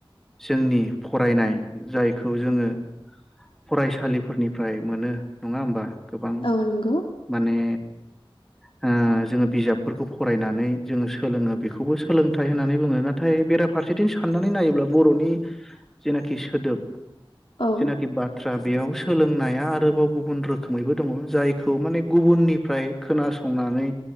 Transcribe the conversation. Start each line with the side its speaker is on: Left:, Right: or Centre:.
Centre: जोंनि फरायनाय जायखौ जोङो फरायसालिफोरनिफ्राय मोनो नङा होमबा गोबां
Left: औ नंगौ
Centre: माने <inaudible> ओ जोङो बिजाबफोरखौ फरायनानै जोङो सोलोङो बेखौबो सोलोंथाइ होननानै बुङो नाथाय बेराद फारसेथिं साननानै नायोब्ला बर'नि जेनाखि सोदोब
Left: औ
Centre: जेनाखि बाथ दा बेयाव सोलोंनाया आरोबाव गुबुन रोखोमैबो दङ जायखौ माने गुबुननिफ्राय खोनासं नानै